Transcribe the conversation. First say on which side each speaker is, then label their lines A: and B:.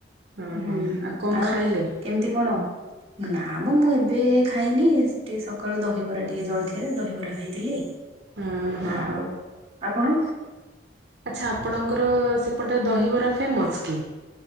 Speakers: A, on the right; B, on the right.
A: ହଁ
B: ହୁଁ
A: ହଁ
B: ହୁଁ
A: କଣ
B: ଆଉ
A: ଖାଇଲେ?
B: କେମିତି କଣ ନାମ ମୁଁ ଏବେ ଖାଇନି ଟିକେ ସକାଳୁ ଦହିବରା ଟିକେ ଜଳଖିଆରେ ଦହିବରା ଖାଇଥିଲି
A: ହଁ ହଁ
B: ଆଉ
A: ହଁ
B: ଆପଣ
A: ଆଚ୍ଛା ଆପଣଙ୍କର ସେପଟେ ଦହିବରା ଫେମସ୍ କି?